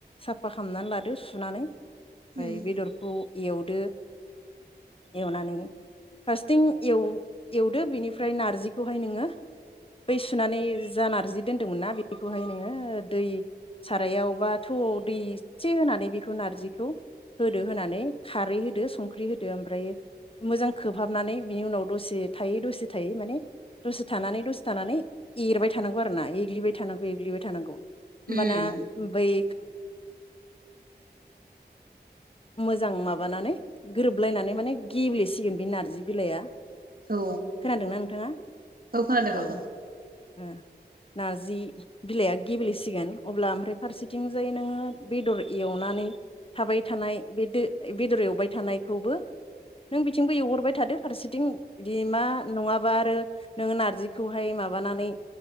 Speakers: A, on the left; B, on the right.
A: साफा खालामनानै लादो सुनानै। ओमफ्राय
B: उम
A: बेदरखौ। एवदो, एवनानै फारसेथिं एव-एवदो बेनिफ्राय नार्जिखौहाय नोङो। बै सुनानै जा नार्जि दोन्दोंमोन ना बेखौहाय नोङो दै सारायावबा थौआव दै एसे होनानै बेखौ नारजिखौ होदो होनानै खारै होदो, संख्रि होदो ओमफ्रायायो मोजां खोबहाबनानै बिनि उनाव दसे थायै दसे थायै माने दसे थानानै दसे थानानै एरबाय थानांगौ आरोना एग्लिबाय थानांगौ एग्लिबाय थानांगौ। होमबाना
B: उम
A: बेै मोजां माबानानै ग्रोब गबलायनानै माने गेब्लेसिगोन बे नारजि बिलाइआ। खोनादोंना
B: औ
A: नोंथाङा
B: खोनादों
A: औ।
B: आब'
A: ओ नारजि बिलाइआ गेब्लेसिगोन, अब्ला ओमफ्राय फारसेथिंजाय नोङो बेदर एवनानै। थाबाय थानाय बेो बेदर एवबाय थानायखौबो, नों बिथिंबो एवहरबाय थादो फारसेथिं बिदि मा नङाबा आरो, नोङो नारजिखौहाय माबानानै